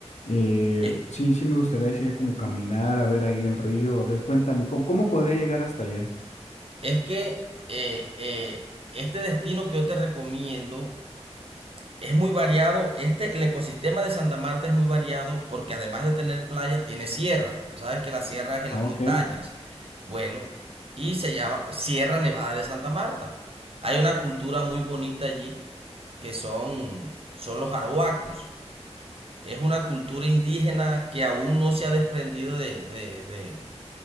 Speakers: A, on the left; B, on the right.
A: Eh,
B: Es,
A: sí, sí me gustaría decir como caminar, a ver ahí el río, a ver, cuéntame, ¿cómo, cómo podría llegar hasta allá?
B: es que eh, eh, este destino que yo te recomiendo es muy variado. Este, el ecosistema de Santa Marta es muy variado porque además de tener playa, tiene sierra. Tú sabes que la sierra es en
A: Ah,
B: las montañas.
A: Ok.
B: Bueno, y se llama Sierra Nevada de Santa Marta. Hay una cultura muy bonita allí que son, son los arhuacos. Es una cultura indígena que aún no se ha desprendido de, de, de-